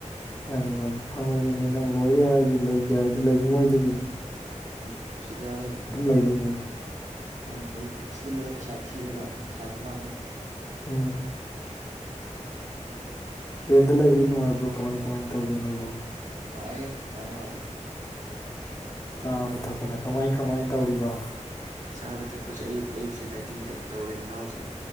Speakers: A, on the left; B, on the right.
A: ꯃꯥꯅꯤ ꯃꯥꯅꯤ ꯐꯪꯉꯣꯏꯗꯅꯦ ꯅꯪ ꯂꯣꯏꯔꯦ ꯍꯥꯏꯔꯁꯨ ꯂꯩ ꯒꯌꯥꯔꯗꯨ ꯂꯩꯅꯤꯡꯉꯣꯏꯗꯨꯅꯤ
B: ꯎꯝ ꯁꯤꯗ ꯂꯩ ꯂꯩꯕ
A: ꯂꯩꯗꯣꯏꯅꯤ
B: ꯑꯗꯨꯅ ꯍꯧꯖꯤꯛ ꯁꯤꯗ ꯂꯩꯕ ꯄꯩꯁꯥ ꯊꯤꯔꯒ ꯄꯩꯁꯥꯁꯨ ꯃꯥꯡꯅꯤ
A: ꯎꯝ ꯔꯦꯟꯗ ꯂꯩꯕꯗꯤ ꯅꯨꯡꯉꯥꯏꯕ꯭ꯔꯣ ꯀꯃꯥꯏ ꯀꯃꯥꯏ ꯇꯧꯒꯦ ꯅꯣꯏꯕꯣ
B: ꯅꯨꯉꯥꯏꯔꯦ ꯅꯨꯡꯉꯥꯏꯕꯩꯋꯥꯗꯤ
A: ꯆꯥꯕ ꯊꯛꯄꯅ ꯀꯃꯥꯏ ꯀꯃꯥꯏ ꯇꯧꯔꯤꯕ
B: ꯆꯥꯕ ꯊꯛꯄꯁꯦ ꯑꯌꯨꯛ ꯑꯌꯨꯛꯁ‌ꯦ ꯗꯥꯇꯤꯡꯠ ꯇꯧꯔꯤꯗꯅ ꯍꯧꯖꯤꯛ